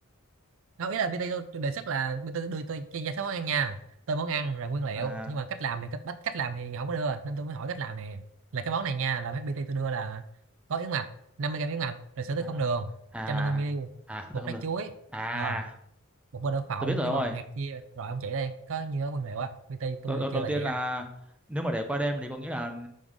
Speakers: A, on the right; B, in the centre.
A: <laughs> đâu ý là PT tôi, tôi đề xuất là PT đưa tôi cái danh sách món ăn nha tôi món ăn rồi nguyên liệu
B: à
A: nhưng mà cách làm thì cách bắt cách làm thì không có đưa nên tôi mới hỏi cách làm nè là cái món này nha là mấy PT tôi đưa là có yến mạch 50 gram yến mạch rồi sữa tươi
B: à
A: không đường 150
B: à
A: ml
B: à không
A: một
B: được không
A: trái
B: được
A: chuối
B: à
A: ờ một bơ đậu phộng
B: tôi biết rồi
A: với
B: ông
A: một
B: ơi
A: hạt chia rồi ông chỉ đây có như đó nguyên liệu á PT tôi
B: đầu, đầu,
A: kêu
B: đầu
A: là
B: tiên
A: vậy
B: là
A: á
B: nếu mà để qua đêm thì có nghĩa là